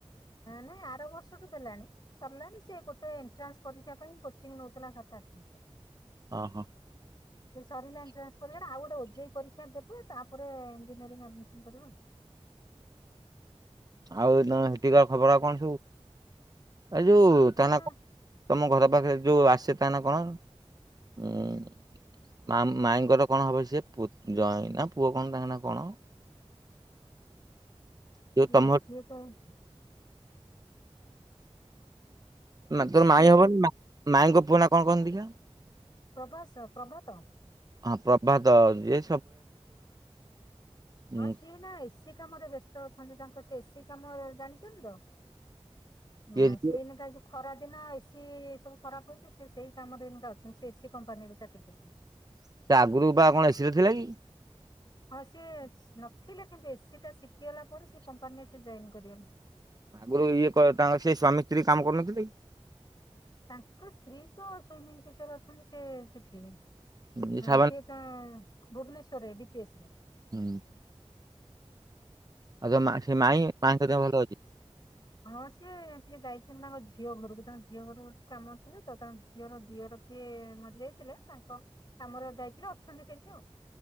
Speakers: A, on the left (about 40°); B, on the right (about 35°).
A: ନାଇଁ ଆର ବର୍ଷଠୁ ଦେଲାଣି ସରିଲାଣି ସେ ଗୋଟେ ଏଣ୍ଟ୍ରାନ୍ସ ପରୀକ୍ଷା ପାଇଁ କୋଚିଂ ନେଉଥିଲା ।ସାତ ଆଠ ମାସ।
B: ଓ ହୋ।
A: ସେ ସରିଲା ଏଣ୍ଟ୍ରାନ୍ସ ପରିକ୍ଷା ଆଉ ଗୋଟେ ଓଜେଇ ପରୀକ୍ଷା ଦେବ ତାପରେ ଇଞ୍ଜିନିୟରିଂ ଆଡମିସନ କରିବ।
B: ଆଉ ନହେଲେ ହେଠିକା ଖବର କଣ ସବୁ? ଏ ଯୋଉ
A: କିଏ
B: ତା ନା କଣ ତମ ଘର ପାଖରେ? ଯୋଉ ଆସେ ତାଙ୍କ ନା କଣ? ଉଁ ମାଇଙ୍କର କଣ ହବ ସିଏ ଜ ନା ପୁଅ କଣ ତାଙ୍କ ନା କଣ? ଯୋଉ
A: କି
B: ତମ
A: କିଏ କହି
B: ତୋର ମାଇଁ
A: କିଏ
B: ହବନି
A: କହିଲେ
B: ମାାଇଙ୍କ ପୁଅ ନା କଣ କହନି ଦିଖିଆ?
A: ପ୍ରଭାସ ପ୍ରଭାତ।
B: ହଁ ପ୍ରଭାତ ଯେ ଉଁ
A: ହଁ ସିଏ ଏଇନା ଏସି କାମରେ ବ୍ୟସ୍ତ ଅଛନ୍ତି ତାଙ୍କ ସେ ଏସି କାମ ଜାଣିଛନ୍ତି ତ।
B: କିଏ
A: ନା
B: ଯିଏ
A: ସେ ଏଇନେ କା ଯୋଉ ଖରାଦିନ ଏସିି ସବୁ ଖରାପ ହେଉଛି। ସେ ସେହି କାମରେକା ଅଛନ୍ତି ସେ ଏସି କମ୍ପାନୀରେ ଚାକିରି କରିଛନ୍ତି।
B: ସେ ଆଗରୁ ବା କଣ ଏସିରେ ଥିଲା କି?
A: ହଁ ସିଏ ନଥିଲେ କିନ୍ତୁ ଏସିି ଟା ଶିଖିଗଲା ପରେ ସେ କମ୍ପାନୀରେ ସେ ଜଏନ୍ କରିଗଲା।
B: ଆଗରୁ ଇଏ କ ତାଙ୍କର ସେ ସବାମୀ ସ୍ତ୍ରୀ କାମ କରୁନଥିଲେ?
A: ତାଙ୍କ ସ୍ତ୍ରୀ କ ସୁଇମିଂ ଟିଚର ଅଛନ୍ତି। ସିଏ ସେଠି ହ
B: କି ସାବାନ
A: ସିଏ ତ ଭୁବନେଶ୍ୱର ରେ ଡି ପି ଏସ୍ ରେ।
B: ହୁଁ । ଆଉ ତ ସେ ମାଇଁ ମାଇ ସ ଭଲ ଅଛି ।
A: ହଁ ସିଏ ଟିକେ ଯାଇଛନ୍ତି। ତାଙ୍କ ଝିଅ ଘରକୁ ତାଙ୍କ ଝିଅ ଘର ଟିକ କାମ ନଥିଲେ ତ ତାଙ୍କ ଝିଅର ଦିଅ ରଖିଏ ମରି ଯାଇଥିଲେ ତାଙ୍କ କାମରେ ଯାଇଥିଲେ ଅଛନ୍ତି ସେଇଠି ଆଉ